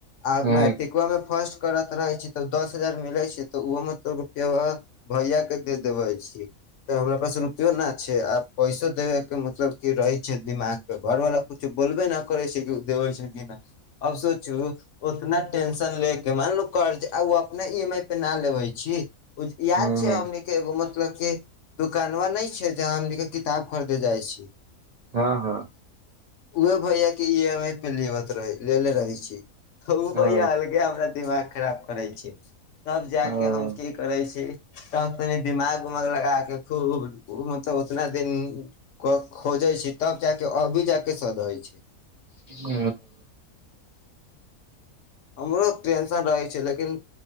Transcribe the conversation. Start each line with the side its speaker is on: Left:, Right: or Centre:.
Left: आब
Right: हँ
Left: मैट्रिका मे फर्स्ट करत रहै छी तऽ उ दस हजार मिलै छै तऽ उहो मऽ सब रुपैयबा भैया केँ दे देबै छी तऽ हमरा पास रुपियो नऽ छै आब पैसो देबे केँ मतलब की रहै छै दिमाग तऽ घर वाला कछु बोलबे नऽ करै छै कि उ देबै छै कि ना अब सोचू उतना टेंशन ले केँ मानलू कर्ज आ उ अपना ई एम आई पे नऽ लेबै छी याद
Right: हँ
Left: छै हमनी केँ एगो मतलब की दुकानवा नय छै जहाँ हमनी केँ किताब खरीदे जाइ छी
Right: हँ - हँ
Left: उहे भैया केँ इ एम आई पे लेबत रहे लेेले रहै छी। अ उ
Right: हँ
Left: भैया अलगे हमरा दिमाग खराब करै छी तब जाकेँ
Right: ह
Left: हम की करै छी तऽ तनि दिमाग उमाग लगा कऽ खूब मतलब उतना दिन कऽ खोजे छी तब जाकेँ अभी जाकेँ सधैय छै
Right: ओ
Left: हमरो टेन्सन रहै छै लेकिन